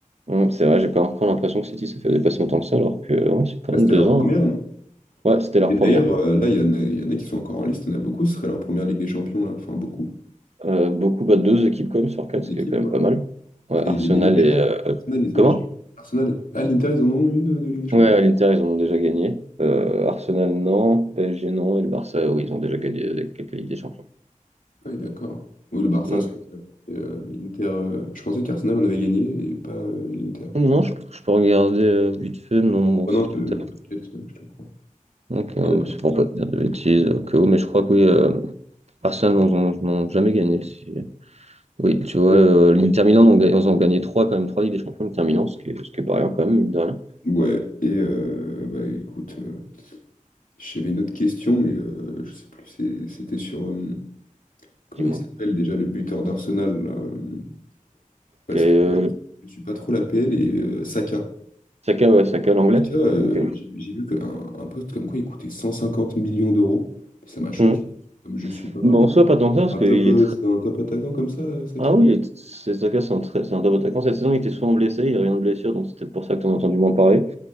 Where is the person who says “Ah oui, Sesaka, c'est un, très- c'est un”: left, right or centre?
Right